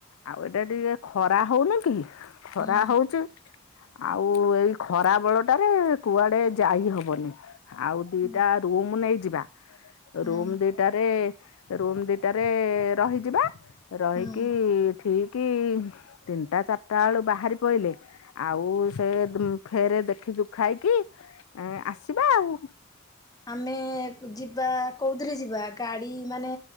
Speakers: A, on the left; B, on the left.
A: ଆଉ ଏଇଟା ଟିକେ ଖରା ହଉନି କି। ଖରା
B: ହଁ
A: ହଉଚି। ଆଉ ଏଇ ଖରା ବେଳ ଟାରେ କୁଆଡେ ଯାଇ ହବନି ଆଉ ଦିଟା
B: ହୁଁ
A: ରୁମ୍ ନେଇଛି ଯିବା
B: ହୁଁ
A: ରୁମ୍ ଦିଟାରେ ରୁମ ଦିଟାରେ ରହିଯିବା। ରହିକି।
B: ହୁଁ।
A: ଠିକ ତିନିଟା ଚାରିଟା ବେଳୁ ବାହାରି ପଡ଼ିଲେ ଆଉ ସେ ଫେରେ ଦେଖି ଦୁଖାଇକି ଆସିବା ଆଉ
B: ଆମେ ଯିବା କୋଉଥିିରେ ଯିବା ଗାଡି ମାନେ